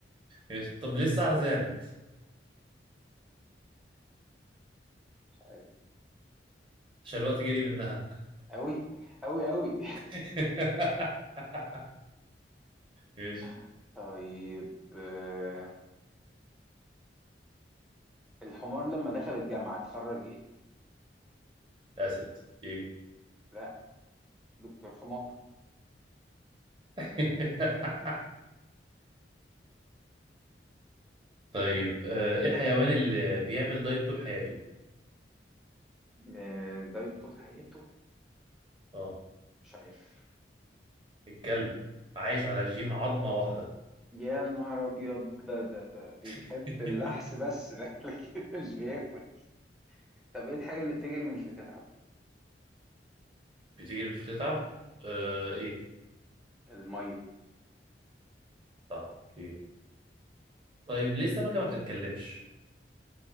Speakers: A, on the right (about 30°); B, in the centre.
A: مش- طب ليه الساعة زعلت
B: مش عارف
A: عشان الوقت جري منها
B: أوي أوي أوي
A: <laughs> ماشي
B: <laughs> طيب آه، الحمار لما دخل الجامعة اتخرج إيه؟
A: اسد ايه
B: لا دكتور حمار
A: <laughs> طيب
B: قول.
A: آه، ايه الحيوان اللي بيعمل دايت طول حياته
B: آه، ده طول حياته
A: اه
B: مش عارف
A: الكلب عايش على رجيم عظمة واحدة
B: يا نهار أبيض ده ده ده بيحب
A: <laughs>
B: اللحس بس ده <laughs> لكن مش بياكل طب إيه الحاجة اللي بتجري ومش بتتعب؟
A: بتجري مش بتتعب آه ايه
B: المية
A: صح اوكي طيب ليه السمكة ما بتتكلمش